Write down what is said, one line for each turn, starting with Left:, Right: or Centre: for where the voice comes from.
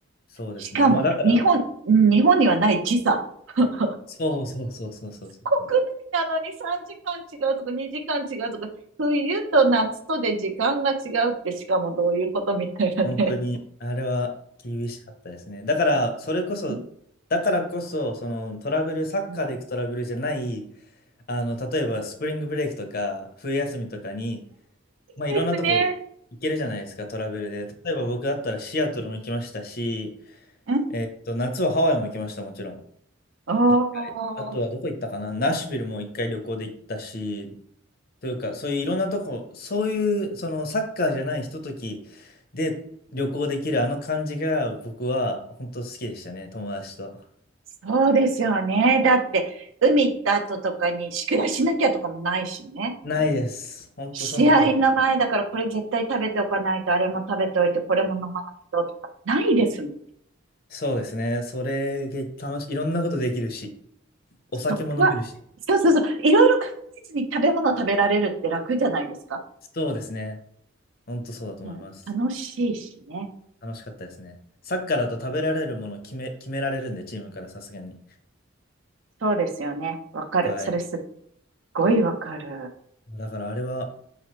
Left: そうですね。
Right: しかも、
Left: まあだから、
Right: 日本、うん日本にはない時差。<laughs>
Left: そうそうそうそうそうそう。
Right: 国内なのに3時間違うとか2時間違うとか、冬と夏とで時間が違うってしかもどういうことみたいなね。
Left: 本当に、あれは厳しかったですね。だから、それこそ、
Right: うん。
Left: だからこそ、そのトラベル、サッカーで行くトラベルじゃない、
Right: うん
Left: あの、例えばスプリングブレイクとか、冬休みとかに、まあいろんなとこ行けるじゃないですか、
Right: ですね。
Left: トラベルで。例えば僕だったらシアトルも行きましたし、
Right: うん。
Left: えっと、夏はハワイも行きました、もちろん。
Right: お
Left: 一回あとはどこ行ったかなナッシュビルも一回旅行で行ったし、
Right: ー。
Left: というか、そういういろんなとこ、そういう、そのサッカーじゃないひとときで旅行できるあの感じが僕は本当好きでしたね、友達と。
Right: そうですよね。だって、海行った後とかに宿題しなきゃとかもないしね。
Left: ないです。本当その通りで。
Right: 試合の前だからこれ絶対食べておかないと、あれも食べておいて、これも飲まないととか、ないですもん。
Left: そうですね。それが楽しい。いろんなことできるし、お酒も飲めるし。
Right: そっか。そうそうそう。いろいろ考えずに食べ物食べられるって楽じゃないですか。
Left: そうですね。本当そうだと思います。
Right: うん、楽しいしね。
Left: 楽しかったですね。サッカーだと食べられるもの決め、決められるんで、チームからさすがに。
Right: そうですよね。わかる。
Left: はい。
Right: それすっごいわかる。
Left: だからあれは